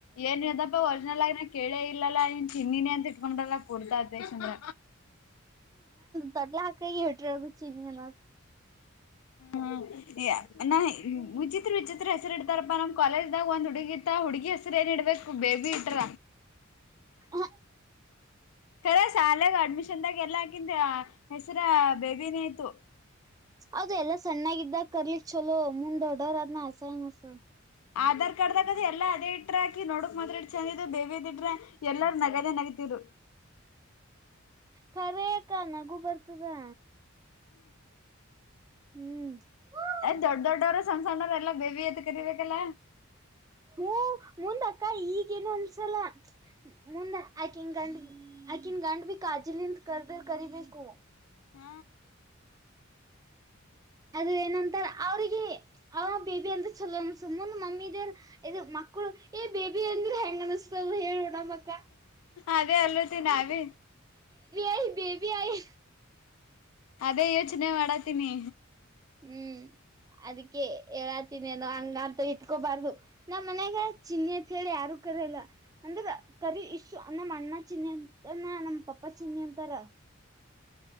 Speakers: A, on the left; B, on the right.
A: ಏನ್ ಯದಪ್ಪಾ ವರ್ಜನಲ್ ಆಗ ಕೇಳೇ ಇಲ್ಲಾ ಇವನ್ ಚಿನ್ನಿನೆ ಅಂತ ನಮ್ಮದೇಲ್ಲ ಪುರ್ತಾ ಅತ್ಯಿಂದ
B: ದೊಡ್ಲ ಹಾಕಾಗಿ ಹೊಟ್ರಗು ಚಿನ್ನಿ ಮಾಗ
A: ಹ್ಮ ನಾ ವಿಚಿತ್ರ ವಿಚಿತ್ರ ಹೆಸರು ಇಡ್ತಾರಪ್ಪ ನಮ್ ಕಾಲೇಜ್ದಾಗ ಒಂದ್ ಹುಡುಗಿ ಇತ್ತ ಹುಡುಗಿ ಹೆ ಸರ್ ಗ ಇಡ್ಬೇಕು ಬೇಬಿ ಇಟ್ರ
B: ಹ
A: ಕರೆ ಸಾಲೆಗ ಅಡ್ಮಿಷನ್ದಾಗ ಎಲ್ಲ ಆಕಿಂದ ಹೆಸರು ಬೇಬಿನೇ ಇತ್ತು
B: ಹೌದು ಎಲ್ಲಾ ಸಣ್ಣಾಗಿದ್ದಾಗ ಕರ್ಲಿಕ್ ಚಲೋ ಮುಂದ್ ದೊಡ್ಡವರು ಆದ್ ಮೇಲೆ ಆಸಮಸ
A: ಆಧಾರ್ ಕಾರ್ಡ್ ದಾಗದ ಎಲ್ಲಾ ಅದೇ ಇಟ್ರಾ ಆಕಿ ನೋಡಕ್ ಮತ್ರಾ ಎಷ್ಟ್ ಚಂದಿದ್ ಬೇಬಿ ದ್ ಇಟ್ರ ಎಲ್ಲಾರ ನಗದೇ ನಗಿತಿದ್ರು
B: ಕರೆಕ್ಕ ನಗು ಬರ್ತದಾ ಹ್ಮ್
A: ದೊಡ್ ದೊಡ್ಡವರು ಸಣ್ಣ ಸಣ್ಣವ್ರ ಎಲ್ಲಾ ಬೇವಬಿ ಅಂತ ಕರಿಬೇಕಲ್ಲ
B: ಹ್ಮ ಮುಂದ ಕ ಈಗೇನು ಅನ್ಸಲ ಮುಂದೆ ಆಕಿನ್ ಗಂಡ್ ಆಕಿನ್ ಗಂಡ್ ಬಿ ಕಾಜಲಿನ್ ಕರ್ದರ್ ಕರಿಬೇಕು
A: ಹ್ಮ
B: ಅದು ಏನಂತಾ ಅವ್ರಿಗೆ ಅವ ಬೇಬಿ ಅಂದ್ರೆ ಚಲೋ ಅನ್ಸತ್ತದ್ ಮುಂದ್ ಮಮ್ಮಿ ದ ಇದು ಮಕ್ಕಳು ಏ ಬೇಬಿ ಅಂದ್ರೆ ಹೆಂಗ ಅನಸ್ತದ ಹೇಳ ಉಣಮ್ಮಕ್ಕ
A: ಅದೇ ಅಲಿ ನಾವೆ
B: ಐ ಬೇಬಿ ಆಯೆ
A: ಅದೇ ಯೋಚನೆ ಮಾಡತೀನಿ
B: ಹ್ಮ್ ಅದಕ್ಕೆ ಹೇಳಾತೀನಿ ನೋ ಹಂಗ ಅಂತ ಇಟ್ಕೋಬಾರ್ದು ನಮ್ಮ್ ಮನ್ಯಾಗ ಚಿನ್ನಿ ಅಂತ ಹೇಳಿ ಯಾರು ಕರಿಯಲ್ಲ ಅಂದ್ರೆ ಕರಿ ಇಷ್ ನಮ್ಮ್ ಅಣ್ಣ ಚಿನ್ನಿ ಅಂತನ ನಮ್ ಪಪ್ಪಾ ಚಿನ್ನಿ ಅಂತಾರ